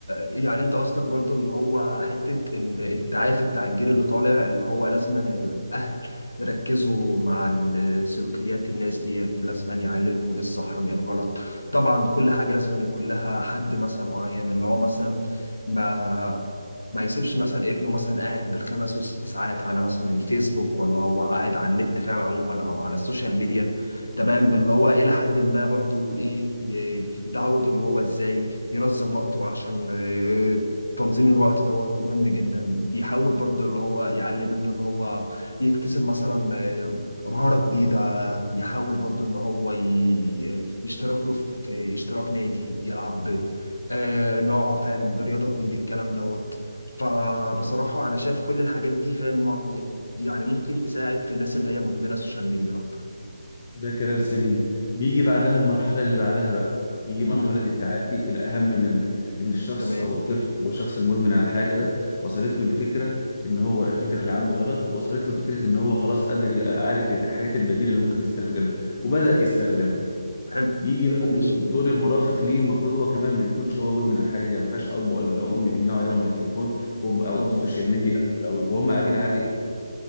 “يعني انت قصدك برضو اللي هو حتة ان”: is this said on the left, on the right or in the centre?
Left